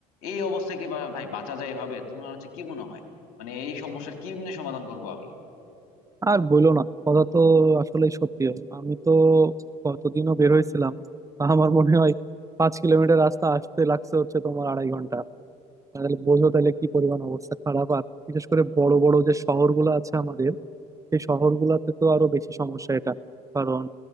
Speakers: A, on the left; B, on the right.
A: এই অবস্থায় কি বা- ভাই বাঁচা যায় এভাবে তোমার হচ্ছে কি মনে হয় মানে এই সমস্যার কি নিয়ে সমাধান করবো আমি
B: আর বইলো না কথা তো আসলে সত্যি হলো আমি তো কতদিনও বের হয়েছিলাম তা আমার মনে হয় পাঁচ কিলোমিটার রাস্তা আসতে লাগছে হচ্ছে তোমার আড়াই ঘন্টা তাহলে বোঝো তাহলে কি পরিমাণ অবস্থা খারাপ আর বিশেষ করে বড় বড় যে শহরগুলো আছে আমাদের সেই শহরগুলোতে তো আরো বেশি সমস্যা এটা কারণ